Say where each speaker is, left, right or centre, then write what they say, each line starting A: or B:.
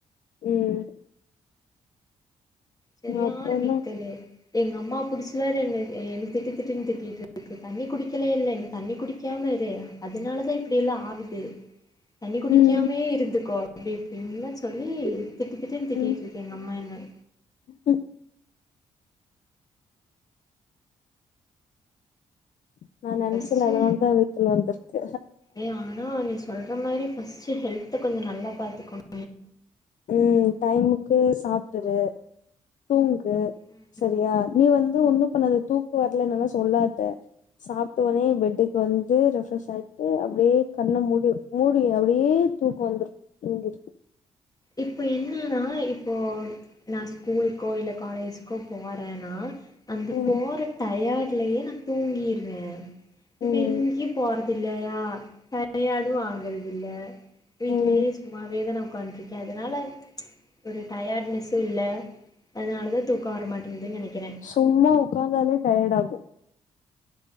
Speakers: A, on the left; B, on the left.
A: ம்
B: செரியான
A: அப்றோந்தா
B: விக்கலு எங்கம்மா புடிச்ச வேற என்ன எ என்ன திட்டு திட்டுன் திட்டிட்ருக்கு தண்ணி குடிக்கலேல்ல நீ தண்ணி குடிக்காமா இரு அதனாலதா இப்டியெல்லா ஆகுது தண்ணி குடிக்காமயே
A: ம்
B: இருந்துக்கோ அப்டி இப்டின்லா சொல்லி திட்டு திட்டுன் திட்டிட்ருக்கு
A: ம்
B: எங்க அம்மா என்ன
A: ம் நா நெனச்சல்ல
B: ஃபஸ்ட்டு
A: அதனாலதா விக்கல் வந்துருக்கு
B: ஏ ஆனா நீ சொல்ற மாரி ஃபஸ்ட்டு ஹெல்த்து கொஞ்சோ நல்லா பாத்துக்கோணு
A: ம் டைமுக்கு சாப்ட்டுரு தூங்கு
B: ஏ
A: செரியா நீ வந்து ஒன்னு பண்ணாத தூக்கோ வர்லைனல்லா சொல்லாத சாப்ட்டோன்னே பெட்டுக்கு வந்து ரெஃப்ரஷ் ஆயிட்டு அப்டே கண்ண மூடி மூடி அப்டே தூக்க வந்துரு தூங்கிரு
B: இப்போ என்னன்னா இப்போ நா ஸ்கூலுக்கோ இல்ல காலேஜிக்கோ போறனா அந்த
A: ம்
B: போற டயட்லயே நா தூங்கிருவே
A: ம்
B: இப்ப எங்கியு போறதில்லயா டையடு ஆகறதில்ல வீட்லயே
A: ம்
B: சும்மாவேதான உக்காண்ட்ருக்கே அதனால ஒரு டயர்ட்னஸெ இல்ல அதனாலதா தூக்க வரமாட்டேங்குதுன் நெனைக்கிறே
A: சும்மா உக்கந்தாலே டயடாகு